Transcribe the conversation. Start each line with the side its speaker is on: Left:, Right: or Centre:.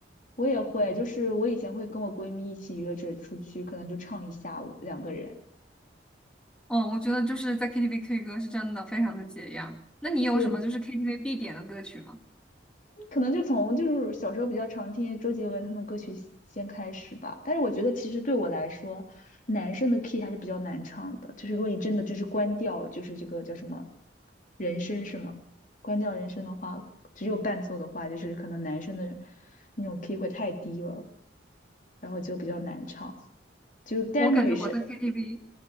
Left: 我也会，就是我以前会跟我闺蜜一起约着出去，可能就唱一下午，两个人。
Centre: 嗯，我觉得就是在 KTV K 歌是真的非常的解压。那你有什么就是
Left: 对，
Centre: KTV 必点的歌曲吗？
Left: 可能就从就是小时候比较常听周杰伦他们歌曲先先开始吧。但是我觉得其实对我来说，男生的 key 还是比较难唱的。就是如果你真的就是关掉，就是这个叫什么人声是吗？关掉人声的话，只有伴奏的话，就是可能男生的那种 key 会太低了。然后就比较难唱。就但是女生，
Centre: 我感觉我在 KTV，